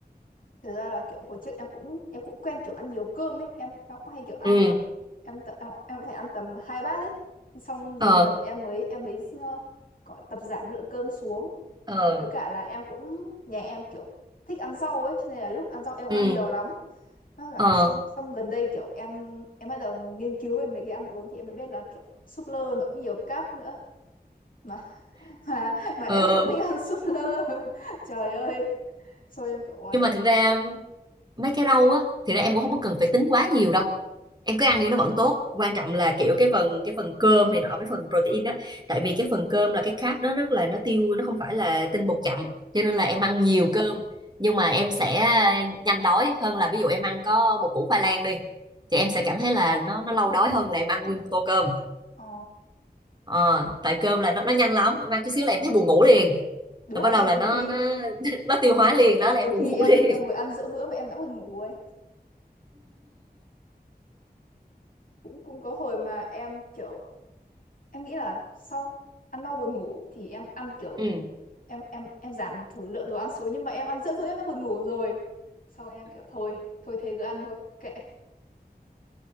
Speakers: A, on the left; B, on the right.
A: thực ra là kiểu hồi trước em cũng em cũng quen kiểu ăn nhiều cơm ấy em em cũng hay kiểu ăn
B: ừ
A: ờ, em tự em, em cũng phải ăn tầm hai bát ấy xong
B: ờ
A: dần dần em mới em mới ờ, có tập giảm lượng cơm xuống
B: ờ
A: với cả là em cũng nhà em kiểu thích ăn rau ấy cho nên là lúc ăn rau em cũng
B: ừ
A: ăn nhiều lắm với cả
B: ờ
A: xong xong gần đây kiểu em em bắt đầu nghiên cứu về mấy cái ăn uống thì em mới biết là kiểu súp lơ nó cũng nhiều cáp nữa mà <laughs> mà mà em
B: ờ ờ.
A: cũng thích ăn súp lơ <laughs> trời ơi xong em kiểu ôi
B: nhưng mà thực ra mấy cái rau á thì ra em cũng không có cần phải tính quá nhiều đâu em cứ ăn đi nó vẫn tốt quan
A: ừ.
B: trọng là kiểu cái phần cái phần cơm này nọ với phần protein á tại vì cái phần cơm là cái carb nó rất là nó tiêu nó không phải là tinh bột chậm cho nên là em
A: ừ.
B: ăn nhiều cơm nhưng mà em sẽ nhanh đói hơn là ví dụ em ăn có một củ khoai lang đi thì em sẽ cảm thấy là nó nó lâu đói hơn là em ăn nguyên một tô cơm
A: Ờ,
B: ờ, tại cơm là nó nó nhanh lắm em ăn chút xíu là em thấy buồn ngủ liền
A: đúng
B: rồi
A: rồi,
B: bắt đầu
A: đấy,
B: là
A: nhiều
B: nó
A: khi
B: nó <laughs> nó tiêu hóa liền đó là
A: nhiều
B: em buồn
A: khi
B: ngủ
A: em
B: liền
A: em vừa ăn giữa bữa mà em đã buồn ngủ ấy. Cũng cũng có hồi mà em kiểu em nghĩ là sau ăn mau buồn ngủ thì em ăn kiểu
B: ừ. <laughs>
A: em em em giảm thử lượng đồ ăn xuống nhưng mà em ăn giữa bữa em đã buồn ngủ rồi. Xong em kiểu thôi, thôi thế cứ ăn thôi, kệ.